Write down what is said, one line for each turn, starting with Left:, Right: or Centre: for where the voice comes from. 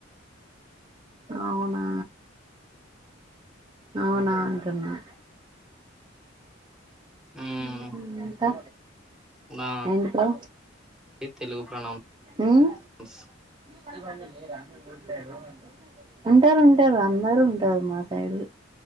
Right: అవునా అవునా అంటున్నా
Centre: ఉమ్
Right: ఉ హు ఇంకా
Centre: నా
Right: ఏంటి బ్రో
Centre: తెలుగు ప్రణవ్
Right: ఉమ్
Centre: స్
Right: <unintelligible> ఉంటారు ఉంటారు అందరు ఉంటారు మా సైడ్